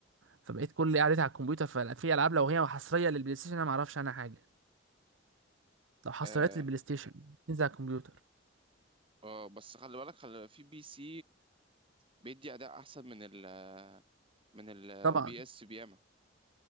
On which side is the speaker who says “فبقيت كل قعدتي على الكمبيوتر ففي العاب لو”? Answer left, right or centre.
Right